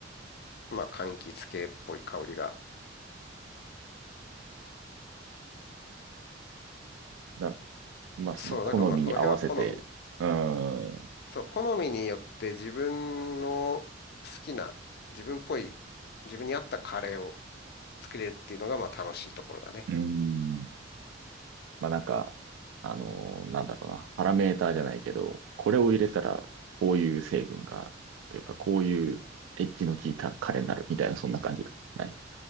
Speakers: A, on the left; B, on the right.
A: まあ、柑橘系っぽい香りが
B: なるほどまあその好みに合わせて、
A: そう、だからまあこの辺は好み。
B: うーん。
A: そう、好みによって自分の好きな、自分っぽい、自分に合ったカレーを作れるっていうのがまあ楽しいところだね。
B: うーん。まあなんか、あのーなんだろうな、パラメーターじゃないけど、これを入れたらこういう成分が、というかこういうエッジの効いたカレーになるみたいな、そんな感じがない。